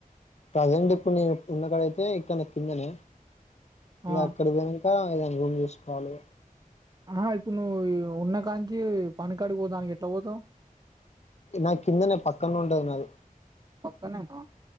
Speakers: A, on the left (about 50°); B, on the right (about 25°).
A: ప్రజెంట్ ఇప్పుడు నేను ఉన్నకాడైతే. ఇక్కన్నే. తిన్నాల. ఇగ
B: ఆ
A: అక్కడ పోయినాక. ఇంకాఎదైనా రూమ్ చూసుకోవాలె.
B: ఆ ఇప్పుడు నువ్వు, ఉన్నకానికి పనికాడికి పోదనికి ఎట్లా పోతావ్.
A: నా కిందనే పక్కన ఉంటుది అది
B: పక్కనేనా